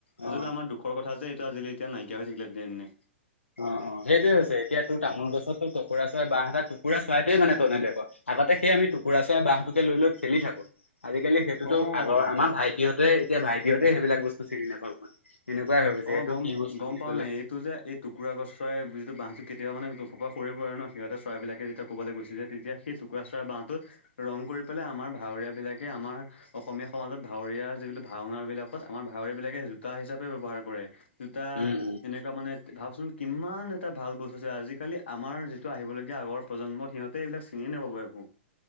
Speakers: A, on the left; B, on the left.
A: এজটো
B: অ
A: আমাৰ দুখৰ কথা য। ত আজিলি এতিয়া নাইকিয়া হৈ থাকিল এ দিনে দিনে।
B: অ অ সেইটোয়ে হৈছে এতিয়া তোৰ তামোল গছত তোৰ টুকুৰা চাই বাঁহ এটা টুকুৰা চোৱাইটোৱে মানে তনে দেখ। আগতে সেই আমি টুকুৰা চৰা বাঁহটোকে লৈ লৈ খেলি থাকো। আজিকালি সেইটোতো
A: অ
B: আগৰ আমাৰ ভাইটিহঁতে এতিয়া ভাইটিহঁতে সেইবিলাক বস্তু চিনি নাপাওঁ মানে। এনেকুৱাই হৈ গৈছে
A: অ
B: এইটো
A: গম
B: কি বস্তু
A: গম
B: বুলি
A: পোৱা
B: ক'লে
A: নাই এইটো যে এই টুকুৰা গছৰ চৰাই যিটো বহটো কেতিাবা মান প পৰা হৈ পৰি পৰে ন সিহঁ চৰাবলাকেতিয়া ক'বলৈ গৈছে যে টুকুৰা চৰাই বহ ৰং কৰি পেলাই আমাৰ ভাৱৰীয়া বিলাকে আমাৰ অসমীয়া সমাজত ভাৱৰীয়া যিল ভাওনা বিলাক। তাৰত আমাৰ ভাৱৰীয়া বিলাকে জোতা হিচাপে ব্যৱহাৰ কৰে জোতা
B: উম উম
A: এনেকুৱা মানে। ভাবচোন কিমান এটা ভাল বস্তু আছিল আজিকালি আমাৰ যিটো আহিবলগীয়া আগৰ প্ৰজন্মক সিহঁতে এইবিলাক চিঙ ননে বো